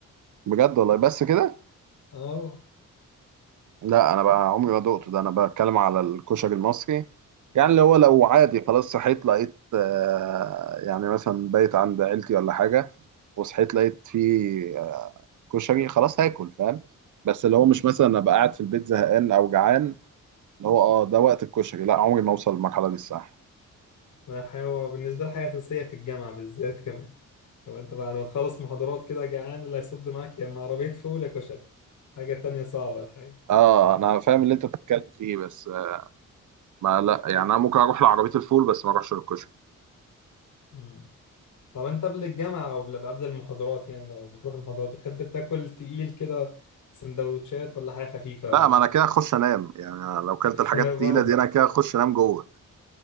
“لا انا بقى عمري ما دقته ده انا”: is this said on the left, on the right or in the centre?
Right